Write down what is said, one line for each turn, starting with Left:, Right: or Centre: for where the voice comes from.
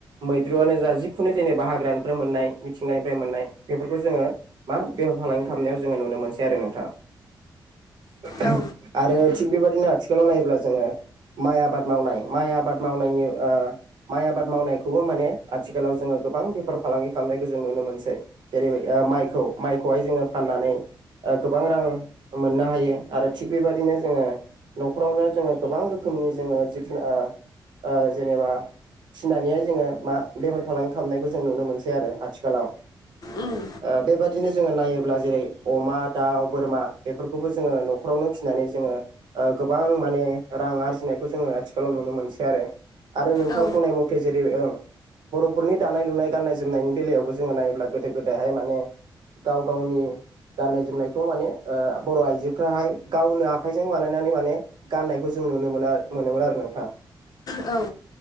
Right: मैद्रुयानो जा जिखुनु जेनेबा हाग्रानिफ्राय मोननाय मिथिंगानिफ्राय मोननाय, बेफोरखौ जोङो मा बेफार फालांगि खालामनायाव जोङो नुनो मोनसै आरो नोंथां। <unintelligible>
Left: औ
Right: आरो थिग बेबादिनो आथिखालाव नायोब्ला जोङो माइ आबाद मावनाय, माइ आबाद मावनायनि ओ माइ आबाद मावनायखौबो माने आथिखालाव जोङो गोबां बेफार फालांगि खालामनायखौ जों नुनो मोनसै। जेरैबाय माइखौ माइखौहाय जोङो फाननानै ओ गोबां रां मोननो हायो आरो थिग बेबदिनो जोङो न'खरावनो जोङो गोबां रोखोमनि जोङो जिब जुनार ओ ओ जेनेबा फिनानैहाय जोङो मा बेफार फालांगि खालामनायखौ जों नुनो मोनसै आरो आथिखालाव।
Left: उम
Right: ओ बेबादिनो जोङो नायोब्ला जेरै अमा दाउ, बोरमा बेफोरखौबो जोङो न'खरावनो फिनानै जोङो ओ गोबां माने रां आरजिनायखौ जोङो आथिखालाव नुनो मोनसै आरो। आरो नोंथां
Left: औ
Right: बुंनाय म <unintelligible> ओ। बर'फोरनि दानाय लुनाय, गान्नाय जोमनायनि बेलायावबो जोङो नायोब्ला गोदो गोदायहाय माने गाव गावनि गाननाय जोमनाय बेखौ माने ओ बर' आइजोफ्राहाय गावनो आखाइजों बानायनानै माने गाननायखौ जों नुनो मोनो, मोनोमोन आरो नोंथां।
Left: औ।